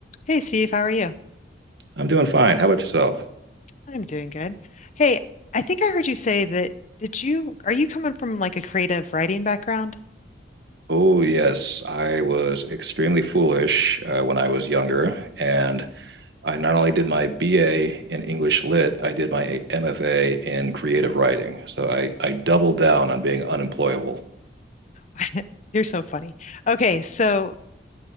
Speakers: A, on the left; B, on the right.
A: Hey Steve, how are you?
B: I'm doing fine. How about yourself?
A: I'm doing good. Hey, I think I heard you say that did you are you coming from like a creative writing background?
B: Oh, yes. I was extremely foolish uh, when I was younger. And I not only did my BA in English Lit, I did my MFA in creative writing. So I, I doubled down on being unemployable.
A: <laughs> You're so funny. Okay, so